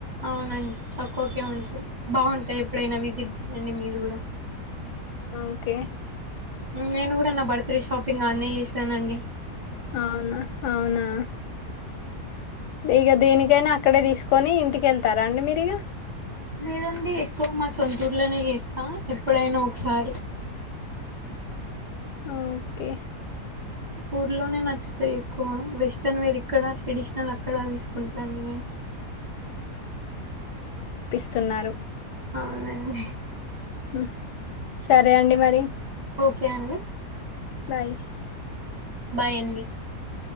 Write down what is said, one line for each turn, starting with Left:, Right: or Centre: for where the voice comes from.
Right: అవునండి తక్కువకే ఉంటాయి బాగుంటాయి ఎప్పుడైనా విజిట్ చేయండి మీరు కూడా
Left: ఓకే
Right: నేను గూడ నా బర్త్ డే షాపింగ్ అన్నే చేసానండి
Left: అవునా అవునా ఈగ దేనికైనా అక్కడే తీసుకొని ఇంటికెళ్తారా అండి మీరు ఇగ
Right: లేదండి ఎక్కువ మా సొంతూర్లోనే జేస్తా ఎప్పుడైనా ఒకసారి
Left: ఓకే
Right: ఊర్లోనే నచ్చుతాయి ఎక్కువ వెస్ట్రన్ వేరు ఇక్కడ ట్రెడిషనల్ అక్కడా తీసుకుంటాండి నేను
Left: త్తున్నారు
Right: అవునండి
Left: హ్ సరే అండి మరి
Right: కే అండి
Left: బాయ్
Right: బాయ్ అండి